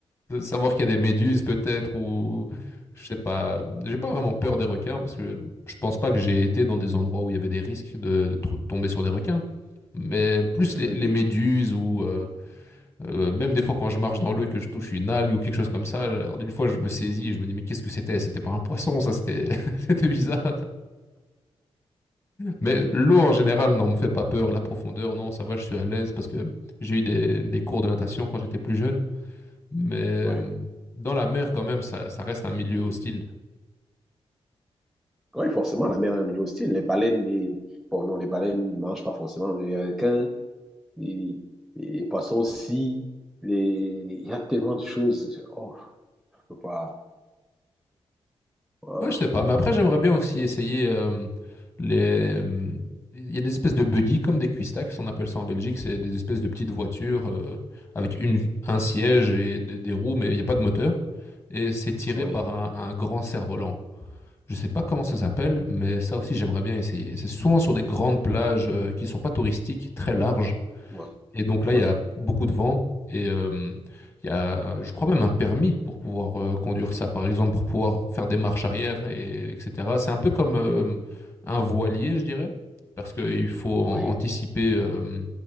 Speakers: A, on the left; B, in the centre.
A: De savoir qu'il y a des méduses, peut-être, ou je sais pas. J'ai pas vraiment peur des requins parce que je pense pas que j'ai été dans des endroits où il y avait des risques de, de tr- tomber sur des requins. Mais plus
B: Euh,
A: les, les méduses ou euh, euh, même des fois quand je marche dans l'eau et que je touche une algue ou quelque chose comme ça, alors, une fois je me saisis et je me dis mais qu'est-ce que c'était? C'était pas un poisson, ça c'était <laughs> c'était bizarre. Mais l'eau en général, non, me fait pas peur. La profondeur, non, ça va, je suis à l'aise parce que j'ai eu des, des cours de natation quand j'étais plus jeune. Mais
B: ouais.
A: euh, dans la mer, quand même, ça, ça reste un milieu hostile.
B: Oui, forcément, la mer est un milieu hostile. Les baleines, les... bon, non, les baleines ne mangent pas forcément, mais les requins, les, les- les poissons aussi, les... il y a tellement de choses. Oh, je peux pas. Ah,
A: Ouais, je sais pas, mais après j'aimerais bien aussi essayer euh, les. Il y a des espèces de buggy comme des cuistax, on appelle ça en Belgique, c'est des espèces de petites voitures euh, avec une, un siège et des, des roues, mais il n'y a pas de moteur. Et c'est tiré
B: oui,
A: par un, un grand cerf-volant. Je sais pas comment ça s'appelle, mais ça aussi j'aimerais bien essayer. C'est souvent sur des grandes plages euh, qui sont pas touristiques, très larges,
B: oui,
A: et donc là,
B: oui,
A: il y a beaucoup de vent et euh, il y a, je crois même un permis pour pouvoir euh, conduire ça, par exemple, pour pouvoir faire des marches arrière, et, etc. C'est un peu comme euh, un voilier, je dirais, parce qu'il faut an-
B: oui.
A: anticiper euh,